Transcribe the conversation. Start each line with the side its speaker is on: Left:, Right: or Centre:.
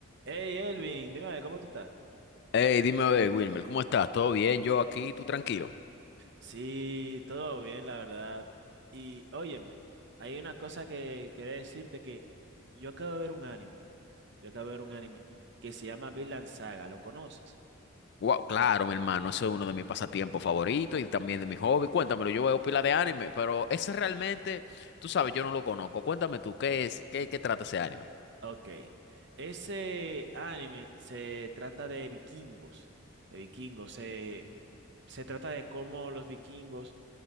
Right: Hey Elvin, dime a ver, ¿cómo tú estás?
Left: Hey, dime, a ver, Wilmer, ¿cómo estás? ¿Todo bien? Yo aquí, tú tranquilo.
Right: Sí, todo bien, la verdad. Y óyeme, hay una cosa que quería decirte que yo acabo de ver un anime, yo acabo de ver un anime que se llama Vinland Saga, ¿lo conoces?
Left: Wow, claro, mi hermano, eso es uno de mis pasatiempos favoritos y también de mi hobby. Cuéntamelo, yo veo pila de anime, pero ese realmente, tú sabes, yo no lo conozco. Cuéntame tú, ¿qué es? ¿Qué, qué trata ese anime?
Right: Ok, ese anime se trata de vikingos, de vikingos, se, se trata de cómo los vikingos,